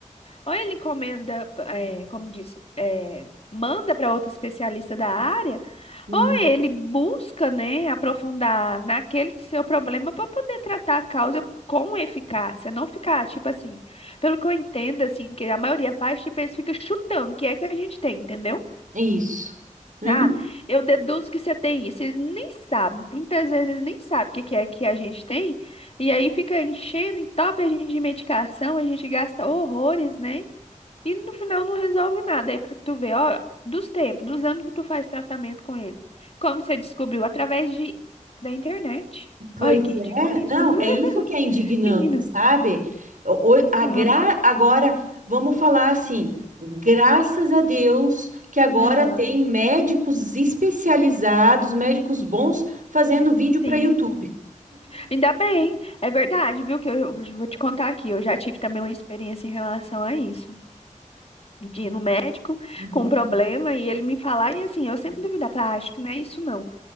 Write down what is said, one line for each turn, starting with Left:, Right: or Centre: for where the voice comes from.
Left: ou ele encomenda, é, como disse, é, manda para outro especialista da área,
Right: Uhum.
Left: ou ele busca, né, aprofundar naquele seu problema para poder tratar a causa com eficácia, não ficar, tipo assim, pelo que eu entendo, assim, que a maioria faz, tipo, eles ficam chutando o que é que a gente tem, entendeu?
Right: é isso. Uhum.
Left: Ah, eu deduzo que você tem isso. Eles nem sabem, muitas vezes eles nem sabem o que que é que a gente tem, e aí fica enchendo, entope a gente de medicação, a gente gasta horrores, né? E no final não resolve nada. Aí pra tu ver, ó, dos tempos, dos anos que tu faz tratamento com ele. Como você descobriu? Através de, da internet.
Right: Pois
Left: Olha que ridículo
Right: é,
Left: isso.
Right: não,
Left: <laughs>
Right: é isso que é indignante,
Left: Menina.
Right: sabe? O- o- a
Left: Aham,
Right: gra... Agora, vamos falar assim, graças a Deus que agora
Left: aham.
Right: tem médicos especializados, médicos bons, fazendo vídeo para
Left: Sim.
Right: YouTube.
Left: Ainda bem. É verdade, viu? Que eu, eu vou te contar aqui. Eu já tive também uma experiência em relação a isso. De ir no médico
Right: Uhum.
Left: com um problema e ele me falar, e assim, eu sempre duvidava, falar, ah, acho que não é isso não.